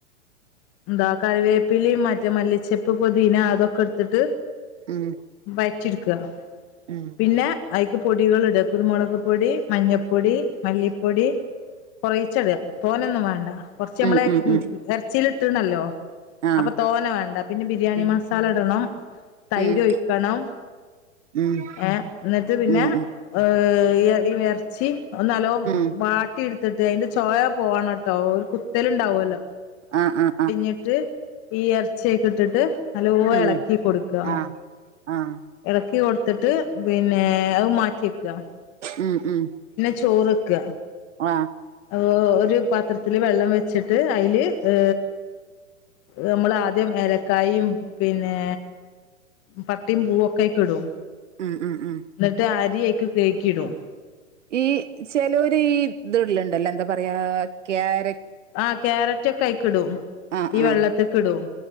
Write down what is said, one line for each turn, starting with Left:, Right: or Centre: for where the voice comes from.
Left: എന്താ കറിവേപ്പിലേം മറ്റെ മല്ലി ചെപ്പ്, പൊതീന അതൊക്കെ എടുത്തിട്ട്
Right: ഉം ഉം
Left: വയ്റ്റിടുക്ക.
Right: ഉം
Left: പിന്നെ ഐക്ക് പൊടികൾ ഇട കുരുമുളക് പൊടി, മഞ്ഞപ്പൊടി മല്ലിപ്പൊടി കുറയിച്ചെട തോനൊന്നും വേണ്ട. കൊറച്ച് അമ്മളെ
Right: ഉം ഉം ഉം
Left: എർച്ചില് ട്ട്ണല്ലൊ
Right: ആഹ്
Left: അപ്പൊ തോന വേണ്ട പിന്നെ ബിരിയാണി
Right: ഉം
Left: മസാല ഇടണം തൈര്
Right: ഉം
Left: ഒയ്ക്കണം
Right: ഉം
Left: ഏ എന്നിട്ട് പിന്നെ
Right: ഉം
Left: ഏ് ഏ എർച്ചി ഒ നല്ലോ
Right: ഉം ഉം
Left: വാട്ടി എടുത്തിട്ട് അയിന്റെ ചോവ പോവണൊട്ടോ ഒരു കുത്തലുണ്ടാവുല്ലോ
Right: ആ ആ ആ
Left: ന്നിട് ഈ എർച്ചിയൊക്കെ ഇട്ടിട്ട് നല്ലോ എളക്കി
Right: ഉം
Left: കൊടുക്ക
Right: ആഹ് ആഹ്
Left: എളക്കി കൊട്ത്തിട്ട് പിന്നെ അത് മാറ്റി വെക്കാ.
Right: ഉം ഉം
Left: ചോറൊക്ക
Right: ആ
Left: അ ഒരു പാത്രത്തില് വെള്ളം വെച്ചിട്ട് അതില് ഏ നമ്മളാദ്യം ഏലക്കായും പിന്നെ പട്ടയും പൂവൊക്കെക്കെ ഇടും.
Right: ഉം ഉം ഉം
Left: എന്നിട്ട് അരിയയിക്ക് കെക്കിടും
Right: ഈ ചെലൊരു ഈ ഇത്ള്ളുണ്ടല്ല എന്താ പറയാ ക്യാര
Left: ആഹ ക്യാരറ്റ് ഒക്കെ അയിക്കിടും
Right: ആഹ്
Left: ഈ
Right: ആഹ്
Left: വെള്ളത്തിക്ക് ഇടും